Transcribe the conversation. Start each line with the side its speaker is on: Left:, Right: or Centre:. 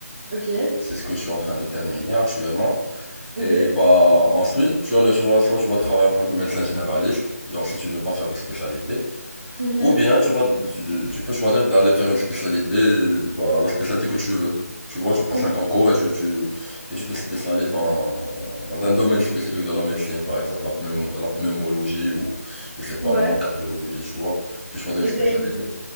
Right: Ok.
Centre: C'est ce que je suis en train de terminer actuellement.
Right: Ok.
Centre: Et bah ensuite, tu as le choix, soit tu vas travailler en tant que médecin généraliste, genre si tu veux pas faire de spécialité,
Right: Mhm.
Centre: ou bien tu vas tu, tu peux choisir d'aller faire une spécialité, bah, la spécialité que tu veux. Tu vois, tu passes
Right: Ok.
Centre: un concours et tu, tu, et tu te spécialises dans, dans un domaine spécifique de la médecine, par exemple la pneumo- la pneumologie ou je sais pas
Right: Ouais.
Centre: moi, la cardiologie, tu vois. Tu choisis une
Right: Et
Centre: spécialité.
Right: t'as une...